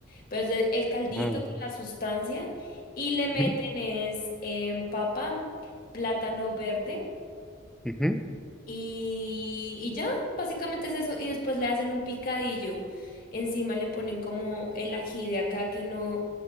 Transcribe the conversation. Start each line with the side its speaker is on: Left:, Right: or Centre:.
Left: Pero es el, el caldito
Centre: Ah, bueno.
Left: con la sustancia y le meten
Centre: Ujú,
Left: es em, papa, plátano verde.
Centre: ujú,
Left: Y, y ya, básicamente es eso. Y después le hacen un picadillo. Encima le ponen como el ají de acá que no.